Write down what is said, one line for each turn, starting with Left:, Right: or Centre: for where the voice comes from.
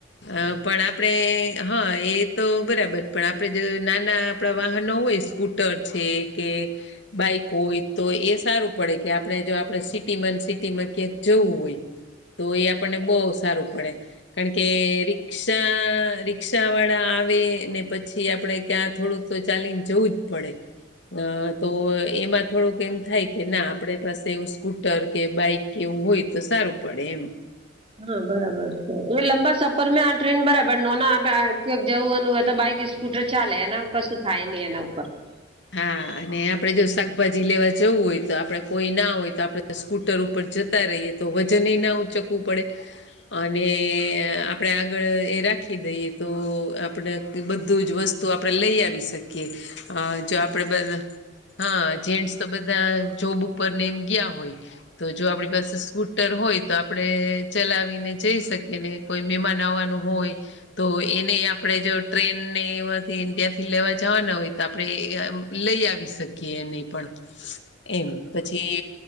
Left: અ પણ આપણેે હા એ તો બરાબર પણ આપણેે જો નાના આપણા વાહનો હોય સ્કૂટર છે કે બાઈક હોય તો એ સારું પડે કે આપણે જો આપણે સિટીમાં સિટીમાં ક્યાં જવું હોય તો એ આપણને બહ સારું પડે કારણ કે રિક જ્યાં રીક્ષા વાળા આવે ને પછી આપણે ક્યાં થોડુંક તો ચાલીને જવું જ પડે.
Right: હ. <inaudible>
Left: ત તો એમાં થોડુંક એવુ થાય કે ના આપડે પાસે એવું સ્કૂટર કે બાઈક કે એવું હોય તો સારું પડે એમ.
Right: હા, બરાબર છે એ લંબા સફરમે આ ટ્રેન બરાબર નો ન <unintelligible> કક જવુંનું હોય તો બાઈકે જ સ્કૂટર ચાલે એના કશું થાય નહી એના ઉપર.
Left: હા
Right: <inaudible>
Left: અને આપણે જો શાકભાજી લેવા જવું હોય તો આપણે કોઈ ના હોય તો આપણે સ્કૂટર ઉપર જતા રહીએ તો વજનને ના ઊંચકવું પડે.
Right: <inaudible>
Left: અને આપડે આ આગળ એ રાખી દઈએ તો આપણે <unintelligible> બધું જ વસ્તુ આપડે લઈ આવી શકીએ. હ. જો આપડે બધા, હા, જેન્ટ્સ તો બધા જોબ ઉપર ને એમ ગીયા હોય તો જો આપણી પાસે સ્કૂટ ટર હોય તો આપડે ચલાવીને જઈ શકીએ ને કોઈ મહેમાન આવવાનું હોય તો એને આપડે જો ટ્રેન ને એમાંથી ઇન્ડિયાથી લેવા જાવાના હોય તો આપડે એ આમ લઈ આવી શકીએ એને પણ એમ પછી